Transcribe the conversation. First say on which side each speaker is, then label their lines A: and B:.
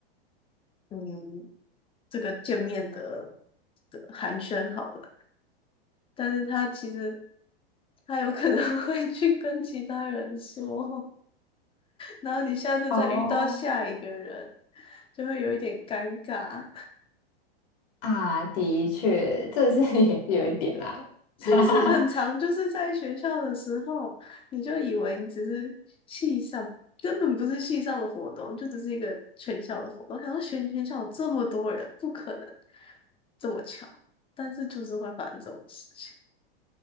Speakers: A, on the left (about 15°); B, on the left (about 60°).
A: 嗯，这个见面的的寒暄好了，但是他其实他有可能 <laughs> 会去跟其他人说，然后你下次再遇到下一个人，
B: 哦
A: 就会有一点尴尬。
B: 啊，的确，这是 <laughs> 也是有一点啦，
A: 是不是很长？
B: <laughs> 哈哈哈，
A: 就是在学校的时候，你就以为你只是系上，根本不是系上的活动，就只是一个全校的活动。想说全全校有这么多人，不可能这么巧，但是就是会发生这种事情。